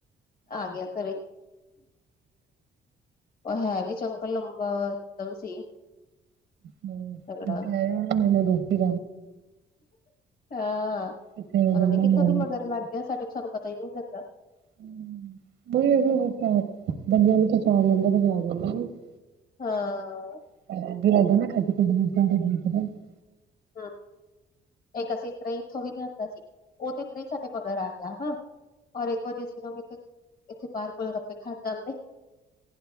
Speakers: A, on the left; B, on the right.
A: ਆ ਗਿਆ ਘਰੇ ਔਰ ਹੈ ਵੀ। ਚੰਗਾ ਲੰਬਾ <unintelligible> ਸੀ।
B: ਕਹਿ
A: ਤਗੜਾ
B: ਰਿਹਾ ਹੋਣਾ ਮੈਨੂੰ ਰੋਟੀ
A: ਹਾਂ
B: ਇੱਥੇ
A: ਪਤਾ
B: ਜਾਣਾ
A: ਨੀ ਕਿਥੋਂ
B: ਮੈਂ
A: ਦੀ ਮਗਰ ਲੱਗ। ਕ ਸਾਡੇ ਸਾਨੂੰ ਪਤਾ ਹੀ ਨਹੀਂ ਲੱਗਾ।
B: <unintelligible> <inaudible>
A: ਹਾਂ।
B: <unintelligible> <inaudible>
A: ਹਾਂ। ਇੱਕ ਅਸੀਂ ਇਤਰੇਈ ਇੱਥੋਂ ਵੀ ਲਿਆਂਦਾ ਸੀ ਉਹ ਤੇ ਇਤਰੇਈ ਸਾਡੇ ਮਗਰ ਆ ਗਿਆ ਹਾਂ। ਔਰ ਇੱਕ ਵਾਰੀ ਅਸੀ ਇੱਥੇ ਬਾਰ ਬੋਲ ਗੱਪੇ ਖਾ ਜਾਂਦੇ।